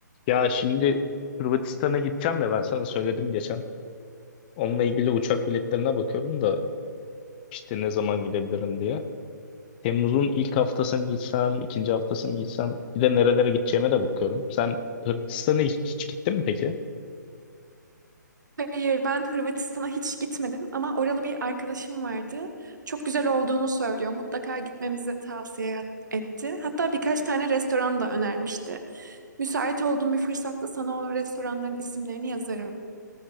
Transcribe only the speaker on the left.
Ya şimdi Hırvatistan'a gideceğim ya ben sana söyledim geçen. Onunla ilgili uçak biletlerine bakıyorum da işte ne zaman gidebilirim diye. Temmuz'un ilk haftası mı gitsem, ikinci haftası mı gitsem bir de nerelere gideceğime de bakıyorum. Sen Hırvatistan'a hiç, hiç gittin mi peki?